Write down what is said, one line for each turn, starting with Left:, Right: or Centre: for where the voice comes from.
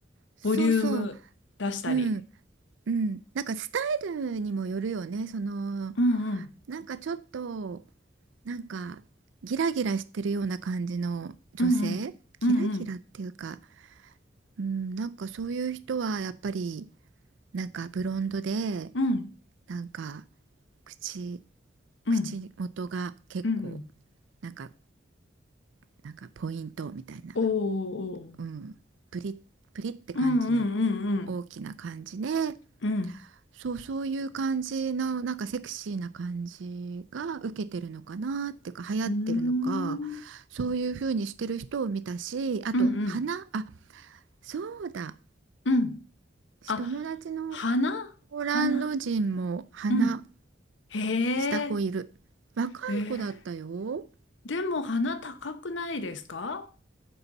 Right: そうそう。
Left: ボリューム出したり。
Right: うん。うん、なんかスタイルにもよるよね。その
Left: うんうん。
Right: なんかちょっとなんかギラギラしてるような感じの女性、
Left: うんうん。うんうん。
Right: ギラギラっていうか、うん、なんかそういう人はやっぱりなんかブロンドで
Left: うん
Right: なんか口
Left: うん。
Right: 口元が結構
Left: うんうん。
Right: なんかなんかポイントみたいな、
Left: おーおー
Right: うん、プリップリって感じの
Left: うんうんうん
Right: 大きな感じで。
Left: うん。うん。
Right: そう、そういう感じの、なんかセクシーな感じが受けてるのかなっていうか、流行ってるのか、
Left: うーん。
Right: そういう風にしてる人を見たし、あと、
Left: うんうん
Right: 花、あ、そうだ、
Left: うん。あ、
Right: 友達の
Left: 花花。
Right: ポーランド人も花
Left: うん。へえ。
Right: した子いる。若い子だったよ。
Left: ええ。でも花高くないですか